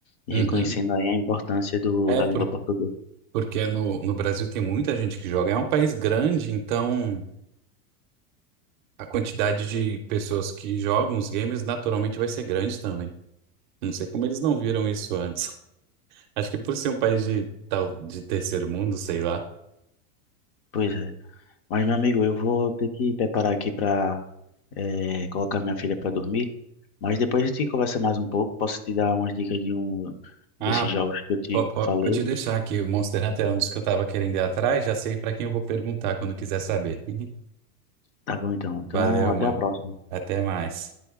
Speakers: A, on the left (about 40°); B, on the right (about 35°).
A: E
B: Uhum.
A: reconhecendo aí a importância do,
B: É
A: da
B: por-
A: língua portuguesa.
B: porque no, no Brasil tem muita gente que joga. É um país grande, então a quantidade de pessoas que jogam os games naturalmente vai ser grande também. Não sei como eles não viram isso antes. <laughs> Acho que por ser um país de, tal, de terceiro mundo, sei lá.
A: Pois é. Mas, meu amigo, eu vou ter que preparar aqui para colocar minha filha para dormir. Mas depois a gente conversa mais um pouco. Posso te dar umas dicas de um
B: Ah,
A: desses
B: po-
A: jogos que eu te
B: po- po-
A: falei?
B: pode deixar que O Monster Hunter é um dos que eu tava querendo ir atrás. Já sei pra quem eu vou perguntar quando quiser saber. <laughs>
A: Tá bom, então. Então,
B: Valeu,
A: até
B: mano.
A: a próxima.
B: Até mais.